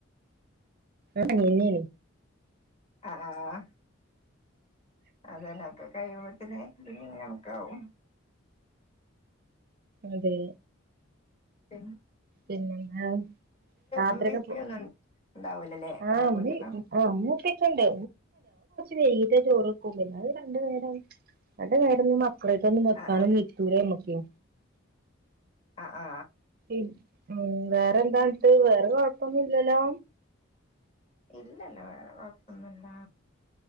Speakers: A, on the right; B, on the left.
A: ആഹ അങ്ങനെനി
B: ആഹ അതെലൊക്കെ കഴിയുമ്പോത്തനേ പിന്ന നമുക്ക ആാവും
A: അതെ
B: ഉ
A: പിന്നെന്താ രാത്രിയക്കെ
B: ഉമ്മീം ഇപ്പീം
A: പോ
B: ഒന്നും ഉണ്ടാവൂലല്ലേ
A: ആഹ്
B: വേറെ
A: <unintelligible> ഉമ്മി
B: വീട്ടില്
A: ഉപ്പാക്കൊണ്ട് വൈകിട്ടു ചോറ്ക്കും പിന്നെ അത് രണ്ടു നേരം രണ്ട് നേരം അവിടെ തന്നെ വെക്കാനും
B: ആ
A: നീത്തൂരേ മ്മക്ക്‌
B: അ ആ
A: ഉ വേറെ എന്താണിട്ട് വേറെ കൊഴപ്പൊന്നും ഇല്ലല്ലോ
B: ഇല്ലല്ല വേറെ കൊഴപ്പന്നുംല്ല